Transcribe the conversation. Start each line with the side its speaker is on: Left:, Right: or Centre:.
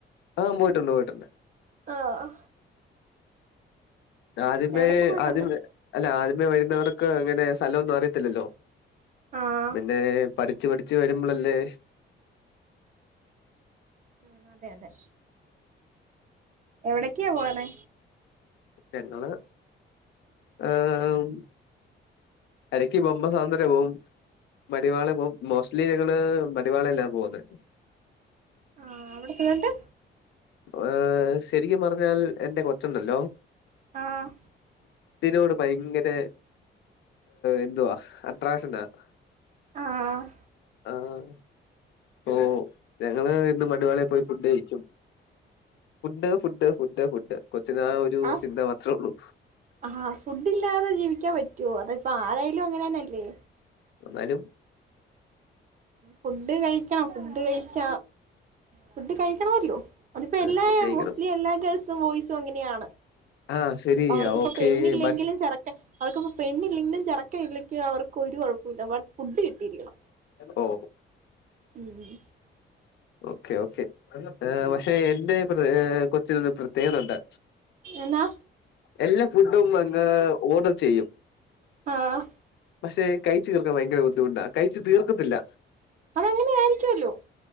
Left: ആഹ് പോയിട്ടുണ്ട് പോയിട്ടുണ്ട്
Right: ആഹ്
Left: ആദ്യമേ
Right: എവിടൊക്കെ പോയിട്ടുണ്ട്
Left: ആദ്യമേ അല്ല ആദ്യമേ വരുന്നവർക്ക് അങ്ങനെ സ്ഥലൊന്നും അറിയത്തില്ലല്ലോ
Right: ആഹ്
Left: പിന്നെ പഠിച്ചു പഠിച്ച് വരുമ്പളല്ലേ
Right: ഉം അതെ അതെ എവിടെക്കാ പോണെ
Left: ഞങ്ങള് ഏഹ് ഇടക്ക് ബൊമ്മ സാന്ന്ദര്യം പോവും മടിവാള പോ മോസ്റ്റ്ലി ഞങ്ങള് മടിവാള എല്ലാം പോകുന്നുണ്ട്
Right: ആഹ് അവിടെ ചെന്ന്ട്ട്
Left: ഏഹ് ശരിക്കും പറഞ്ഞാൽ എന്റെ കൊച്ചുണ്ടല്ലോ
Right: ആഹ്
Left: തിനോട് ഭയങ്കര എന്തുവാ അട്രാക്ഷൻ ഉണ്ടാർന്ന്
Right: ആഹ്
Left: ആഹ് അപ്പോ ഞങ്ങള് ഇന്ന് മടിവാളയി പോയി ഫുഡ് കഴിക്കും ഫുഡ് ഫുഡ് ഫുഡ് ഫുഡ് കൊച്ചിന ആ ഒരു
Right: ആഹ്
Left: ചിന്ത മാത്ര ഉള്ളൂ
Right: ആഹ് ഫുഡ് ഇല്ലാതെ ജീവിക്കാൻ പറ്റുവോ അത് ഇപ്പൊ ആരായാലും അങ്ങനെ തന്നെല്ലേ
Left: എന്നാലും
Right: ഫുഡ് കഴിക്കണം ഫുഡ് കഴിച്ച ഫുഡ് കഴിക്കണമല്ലോ അതിപ്പോ
Left: ഏഹ്
Right: എല്ലാ
Left: ഫുഡ് കഴിക്കണം.
Right: മോസ്റ്റ്ലി എല്ലാ ഗേൾസും ബോയ്സും അങ്ങനെയാണ്
Left: ആഹ് ശരി
Right: അവർക്ക്പ്പ
Left: ഓക്കെ
Right: പെണ്ണില്ലെങ്കിലും
Left: ബട്ട്
Right: ചെറക്കെ അവർക്കിപ്പ പെണ്ണില്ലെങ്കിലും ചെറക്ക ഇല്ലെങ്കി അവർക്ക് ഒരു കുഴപ്പൊല്ല ബട്ട് ഫുഡ് കിട്ടിയിരിക്കണം
Left: ഓ
Right: ഉം
Left: ഓക്കെ ഓക്കേ പക്ഷെ എന്റെ കൊച്ചിനൊരു പ്രത്യേകതണ്ട്
Right: എന്നാ
Left: എല്ലാ ഫുഡും അങ്ങ് ഓർഡർ ചെയ്യും
Right: ആഹ്
Left: പക്ഷെ കഴിച്ച് തീർക്കാൻ ഭയങ്കര ബുദ്ധിമുട്ടാ കഴിച്ച് തീർക്കത്തില്ല
Right: അതങ്ങനെ ആയിരിക്കൊല്ലോ